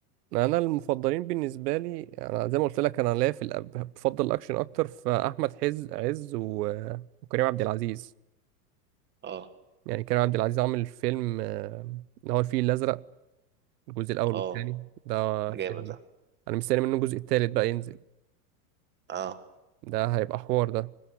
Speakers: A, on the right (about 75°); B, on the right (about 20°).
A: انا المفضلين بالنسبه لي انا زي ما قلت لك انا ليا في الأب- بفضل الاكشن اكتر فاحمد حز عز و- وكريم عبد العزيز
B: اه
A: يعني كريم عبد العزيز عامل فيلم آه، اللي هو الفيل الازرق الجزء الاول
B: اه
A: والثاني ده
B: ده
A: فيلم
B: جامد ده
A: انا مستني منه الجزء الثالث بقى ينزل
B: اه
A: ده هيبقى حوار ده